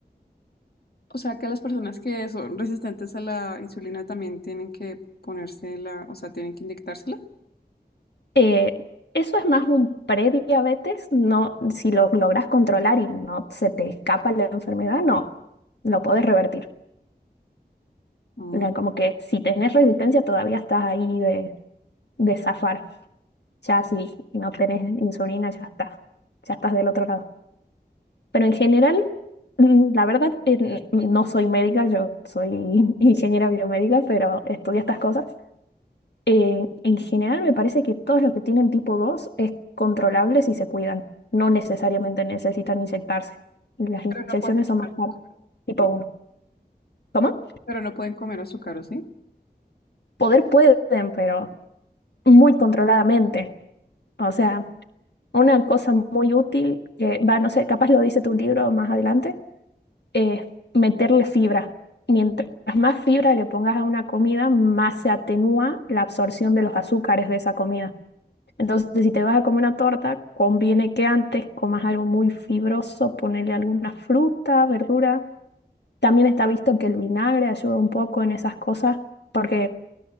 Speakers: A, on the left; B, on the left.
A: O sea, que las personas que son resistentes a la insulina también tienen que ponérsela, o sea, tienen que inyectársela.
B: Eh, eso es más un prediabetes, no, si lo logras controlar y no se te escapa la enfermedad, no, lo podés revertir.
A: Mm,
B: Era Como que si tenés resistencia todavía estás ahí de, de zafar. Ya si no tenés insulina, ya está, ya estás del otro lado. Pero en general, mm, la verdad, eh, n- no soy médica, yo soy <laughs> ingeniera biomédica, pero estudio estas cosas. Eh, en general me parece que todos los que tienen tipo 2 es controlable si se cuidan. No necesariamente necesitan inyectarse. Las inyecciones
A: Pero no pueden
B: son más
A: comer
B: caras,
A: azúcar.
B: tipo
A: Oh,
B: uno, ¿Cómo?
A: Pero no pueden comer azúcar, ¿o sí?
B: Poder pueden, pero muy controladamente. O sea, una cosa muy útil que va, no sé, capaz lo dice tu libro más adelante, es meterle fibra. Mientras más fibra le pongas a una comida, más se atenúa la absorción de los azúcares de esa comida. Entonces, si te vas a comer una torta, conviene que antes comas algo muy fibroso, ponerle alguna fruta, verdura. También está visto que el vinagre ayuda un poco en esas cosas, porque